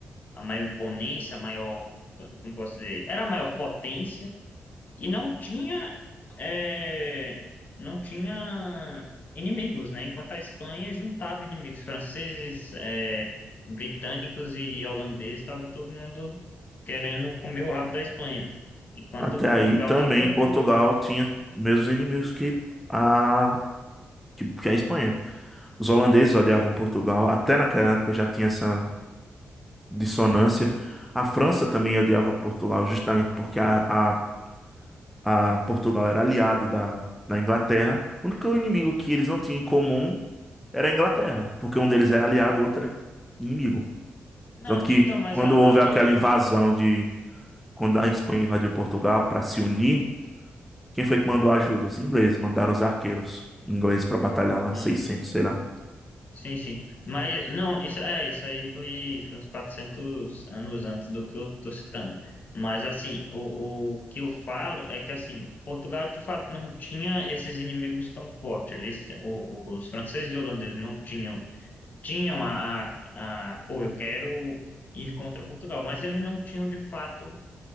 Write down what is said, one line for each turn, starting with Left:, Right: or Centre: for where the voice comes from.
Left: a maior imponência, a maior, como posso dizer, era a maior potência. E não tinha, é, não tinha inimigos, né? Enquanto a Espanha juntava inimigos franceses, é, britânicos e holandeses, estava todo mundo querendo comer o rabo da Espanha, enquanto
Centre: Até
Left: Portugal
Centre: aí também
Left: estava
Centre: Portugal
Left: de boa, né?
Centre: tinha mesmos inimigos que a, que, que a Espanha. Os holandeses odiavam Portugal, até naquela época já tinha essa dissonância. A França também odiava Portugal, justamente porque a, a a Portugal era aliado da, da Inglaterra. O único inimigo que eles não tinham em comum era a Inglaterra, porque um deles era aliado, o outro era inimigo.
Left: Não,
Centre: Tanto que
Left: então, mas
Centre: quando
Left: a, a
Centre: houve aquela
Left: Holanda,
Centre: invasão de quando a Espanha invadiu Portugal para se unir, quem foi que mandou ajuda? Os ingleses mandaram os arqueiros ingleses para batalhar lá,
Left: é,
Centre: Seiscentos, sei lá.
Left: Sim, sim. Mas, não, isso, é, isso aí foi, foi uns 400 anos antes do que eu tô citando. Mas, assim, o, o que eu falo é que, assim, Portugal, de fato, não tinha esses inimigos tão fortes. Eles, o- os franceses e holandeses não tinham, tinham a, a, a, pô, eu quero ir contra Portugal, mas eles não tinham, de fato,